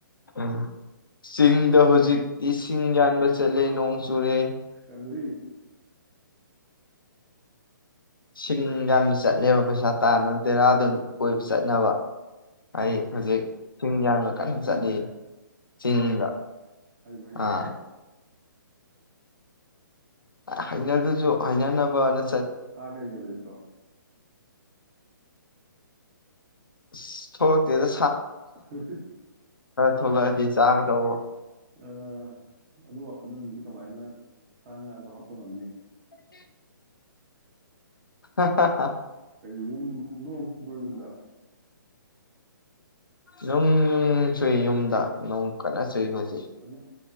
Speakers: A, on the left; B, on the right.
A: ꯎꯝ ꯆꯤꯡꯗ ꯍꯧꯖꯤꯛ ꯏꯁꯤꯡ ꯌꯥꯟꯕ ꯆꯠꯂꯦ ꯅꯣꯡꯁ ꯆꯨꯔꯦ
B: ꯀꯔꯤ
A: ꯁꯤꯡ ꯌꯥꯟꯕ ꯆꯠꯂꯦꯕ ꯄꯩꯁꯥ ꯇꯥꯟꯕ ꯗ‌ꯦꯔꯥꯗꯨꯟ ꯀꯣꯏꯕ ꯆꯠꯅꯕ ꯑꯩ ꯍꯧꯖꯤꯛ ꯁꯤꯡ ꯌꯥꯟꯕ ꯀꯟꯅ
B: ꯅꯪꯁꯦ
A: ꯆꯠꯂꯤ꯫ ꯆꯤꯡꯗ
B: ꯍꯩꯕꯨ ꯍꯩꯅꯕ꯭ꯔꯣ?
A: ꯑꯥ ꯍꯩꯅꯗꯁꯨ ꯍꯩꯅꯅꯕ ꯅ
B: ꯁꯥꯀꯩꯒ ꯂꯩꯇ꯭ꯔꯣ?
A: ꯑꯁ ꯊꯣꯛꯂꯛꯇꯦꯗꯥ꯫
B: <unintelligible>
A: ꯊꯣꯛꯂꯛꯑꯗꯤ ꯆꯥꯒꯗꯧꯕ
B: ꯑꯥ ꯑꯗꯨ ꯋꯥꯈꯜꯗꯗꯤ ꯀꯃꯥꯏꯅ ꯁꯥ ꯉꯥ ꯖꯨ ꯍꯞꯄꯥ ꯉꯝꯅꯤ꯫
A: <inaudible> ꯍꯥ ꯍꯥ ꯍꯥ
B: <unintelligible> ꯅꯣꯡ ꯆꯨꯕꯔꯣ ꯌꯨꯝꯗ?
A: ꯅꯨꯡ ꯅꯨꯡ ꯆꯨꯏ ꯌꯨꯝꯗ ꯅꯣꯡ ꯀꯟꯅ ꯐꯆꯩ- ꯐꯆꯩ
B: ꯍꯧꯖꯤꯛ